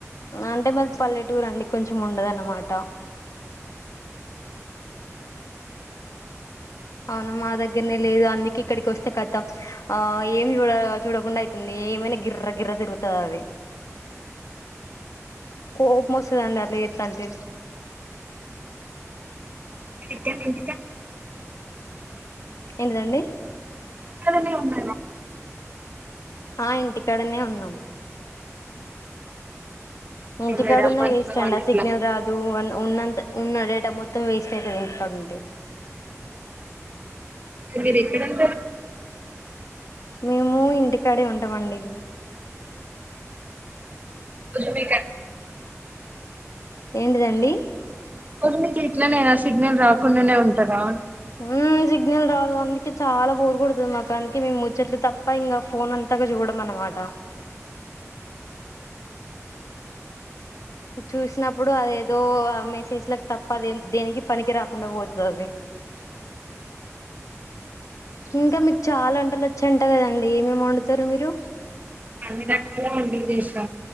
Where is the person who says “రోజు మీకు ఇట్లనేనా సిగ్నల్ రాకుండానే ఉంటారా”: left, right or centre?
Right